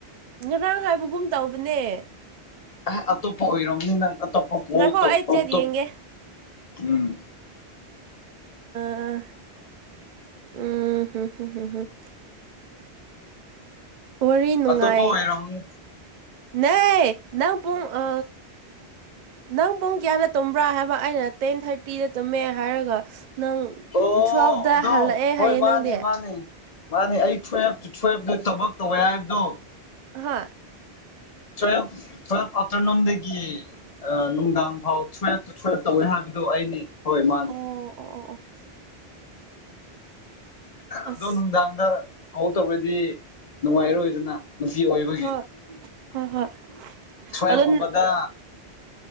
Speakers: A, on the right; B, on the left.
A: ꯉꯔꯥꯡ ꯍꯥꯏꯕꯒꯨꯝ ꯇꯧꯕꯅꯦ
B: ꯑꯦ ꯑꯇꯣꯞꯄ ꯑꯣꯏꯔꯕꯝꯅꯤ ꯅꯪ ꯑꯛꯇ
A: ꯉꯥꯏꯈꯣ ꯑꯩ ꯆꯦꯠ ꯌꯦꯡꯒꯦ
B: ꯎꯝ
A: ꯑ ꯎꯝꯝꯝꯝꯝ ꯋꯥꯔꯤ ꯅꯨꯡꯉꯥꯏ
B: ꯑꯇꯣꯞꯄ ꯑꯣꯏꯔꯝꯅꯤ
A: ꯅ ꯅꯪ ꯄꯨꯡ ꯑ ꯅꯪ ꯄꯨꯡ ꯀꯌꯥꯅ ꯇꯨꯝꯕ꯭ꯔꯥ ꯍꯥꯏꯕ ꯑꯩꯅ ꯇꯦꯟ ꯊꯥꯔꯇꯤꯗ ꯇꯨꯝꯃꯦ ꯍꯥꯏꯔꯒ ꯅꯪ
B: ꯑꯣ
A: ꯇꯨꯋꯦꯜꯐꯇ
B: ꯑꯗꯣ
A: ꯍꯜꯂꯛꯑꯦ
B: ꯍꯣꯏ
A: ꯍꯥꯏꯌꯦ ꯅꯪꯗꯤ
B: ꯃꯥꯅꯦ ꯃꯥꯅꯦ ꯃꯥꯅꯦ ꯑꯩ ꯇꯨꯋꯜꯞ ꯇꯨ ꯇꯨꯋꯜꯐꯇ ꯊꯕꯛ ꯇꯧꯋꯦ ꯍꯥꯏꯕꯗꯣ
A: ꯍꯥ
B: ꯇꯨꯋ ꯇꯋ ꯑꯐꯇꯔꯅꯨꯟꯗꯒꯤꯅꯨꯡꯒꯥꯡ ꯐꯥꯎ ꯇ ꯑꯣꯏ ꯍꯥꯏ ꯑꯗꯨ ꯑꯩꯅꯦ ꯍꯣꯏ ꯃꯥꯅꯦ
A: ꯑꯣ ꯑꯣ ꯑꯣ ꯑꯣ ꯑꯁ
B: ꯑꯗꯣ ꯅꯨꯡꯗꯥꯡꯗ ꯍꯧ ꯇꯧꯔꯗꯤ ꯅꯨꯡꯉꯥꯏꯔꯣꯏꯗꯅ ꯃꯁꯤꯤ ꯑꯣꯏꯕꯒꯤ
A: ꯍꯣꯏ ꯍꯣꯏ ꯍꯣꯏ
B: ꯁꯌꯦ
A: ꯑꯗꯨ
B: ꯀꯨꯝꯕꯗ